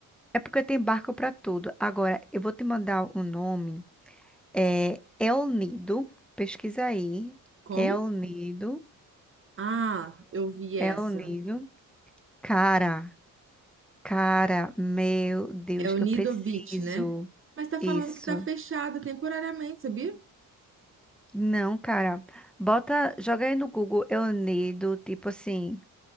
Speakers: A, in the centre; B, on the right (about 35°).
A: É porque tem barco pra tudo. Agora, eu vou te mandar o nome. É El Nido. Pesquisa aí.
B: Como?
A: El Nido.
B: Ah, eu vi
A: El
B: essa.
A: Nido. Cara, cara, meu Deus,
B: É o Nido
A: eu preciso.
B: Beach, né? Mas tá falando
A: Isso.
B: que tá fechado temporariamente, sabia?
A: Não, cara. Bota, joga aí no Google El Nido, tipo assim,